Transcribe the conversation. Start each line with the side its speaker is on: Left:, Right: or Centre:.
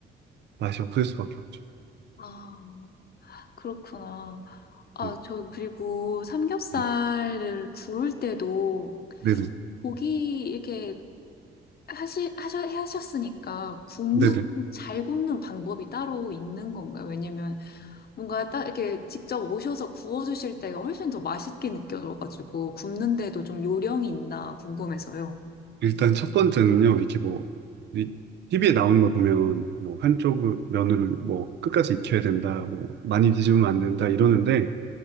Right: 맛이 없을 수밖에 없죠.
Left: 아, 그렇구나. 아,
Right: 음,
Left: 저, 그리고 삼겹살을
Right: 음.
Left: 구울 때도
Right: 네네.
Left: 고기 이렇게 하시, 하셔, 하셨으니까 굽는,
Right: 네네.
Left: 잘 굽는 방법이 따로 있는 건가요? 왜냐면 뭔가 딱 이렇게 직접 오셔서 구워주실 때가 훨씬 더 맛있게 느껴져가지고 굽는데도 좀 요령이 있나 궁금해서요.
Right: 일단 첫 번째는요, 이렇게 뭐, 이 TV에 나오는 거 보면 뭐 한쪽 면을 뭐 끝까지 익혀야 된다, 뭐 많이 뒤집으면 안 된다 이러는데